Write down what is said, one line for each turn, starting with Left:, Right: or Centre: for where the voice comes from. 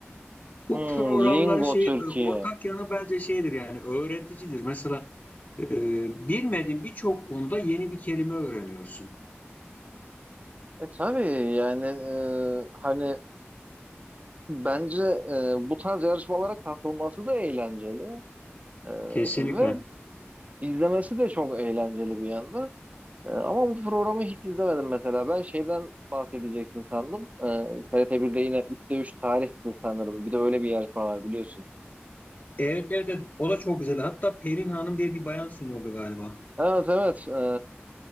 Left: Bu
Right: Hmm,
Left: programların
Right: Lingo
Left: şey
Right: Türkiye.
Left: e, ortak yanı bence şeydir yani öğreticidir. Mesela e, bilmediğin birçok konuda yeni bir kelime öğreniyorsun.
Right: E tabii yani e, hani bence e, bu tarz yarışmalara katılması da eğlenceli E,
Left: Kesinlikle.
Right: ve izlemesi de çok eğlenceli bir yandan. E, ama bu programı hiç izlemedim mesela. Ben şeyden bahsedeceksin sandım. E, TRT1'de yine 3'te 3 tarihti sanırım. Bir de öyle bir yarışma var biliyorsun.
Left: Evet evet evet. o da çok güzel. Hatta Pelin Hanım diye bir bayan sunuyordu galiba.
Right: Evet evet. E,